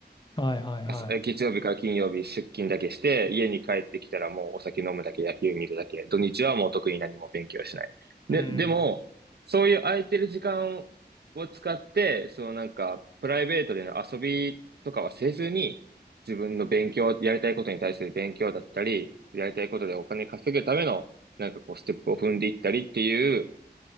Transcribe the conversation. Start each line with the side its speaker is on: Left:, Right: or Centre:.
Left: はいはいはい。
Right: 朝月曜日から金曜日出勤だけして、家に帰ってきたらもうお酒飲むだけ、野球見るだけ、土日はもう特に何も勉強しない。
Left: うん。
Right: で、でも、そういう空いてる時間を使って、そのなんか、プライベートでの遊びとかはせずに、自分の勉強、やりたいことに対する勉強だったり、やりたいことでお金稼ぐための、なんかこう、ステップを踏んでいったりっていう